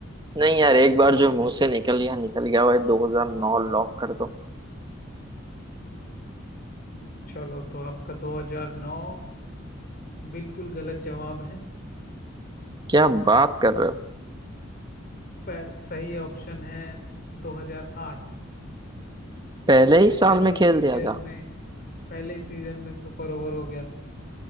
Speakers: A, on the right; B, on the left.
A: नहीं यार एक बार जो मुंह से निकल गया निकल गया भाई 2009 लॉक कर दो
B: चलो तो आपका 2009 बिल्कुल गलत जवाब है
A: क्या बात कर रहे हो
B: प- सही ऑप्शन है 2008
A: पहले ही साल
B: पहले
A: में
B: ही
A: खेल
B: सीजन
A: दिया था
B: में पहले ही सीजन में सुपर ओवर हो गया था